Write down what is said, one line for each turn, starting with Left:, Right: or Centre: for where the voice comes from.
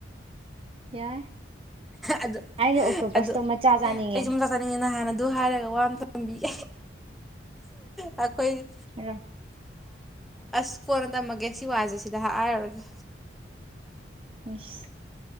Right: ꯌꯥꯏ
Centre: ꯑꯗꯨ
Right: ꯑꯩꯅ ꯑꯣꯛꯇꯣ ꯕꯁꯇꯣ
Centre: ꯑꯗꯨ
Right: ꯃꯆꯥ ꯆꯥꯅꯤꯡꯉꯦ
Centre: ꯑꯩ ꯁꯨꯝ ꯆꯥꯛ ꯆꯥꯅꯤꯡꯉꯦ ꯅꯍꯥꯟ ꯑꯗꯨ ꯍꯥꯏꯔꯒ ꯋꯥ ꯑꯃ ꯇꯝꯕꯤ ꯑꯩꯈꯣꯏ
Right: ꯑ
Centre: ꯑꯁ ꯀꯣꯟꯅ ꯇꯝꯃꯒꯦ ꯁꯤ ꯋꯥꯁꯦ ꯁꯤꯗ ꯍꯥꯏꯔꯨꯔꯒꯦ
Right: ꯁ